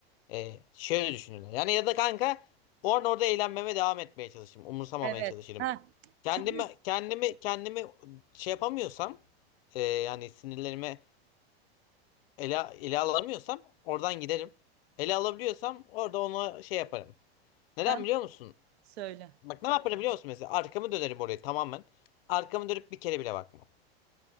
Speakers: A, on the left (about 65°); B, on the right (about 75°).
A: E, şöyle düşünürler. Yani ya da kanka orada orada eğlenmeme devam etmeye çalışırım. Umursamamaya
B: Evet.
A: çalışırım.
B: Ha.
A: Kendimi
B: Çünkü
A: kendimi kendimi şey yapamıyorsam e, yani sinirlerimi ele, ele alamıyorsam oradan giderim. Ele alabiliyorsam orada ona şey yaparım. Neden
B: kan
A: biliyor musun?
B: söyle.
A: Bak ne yaparım biliyor musun mesela? Arkamı dönerim oraya tamamen. Arkamı dönüp bir kere bile bakmam.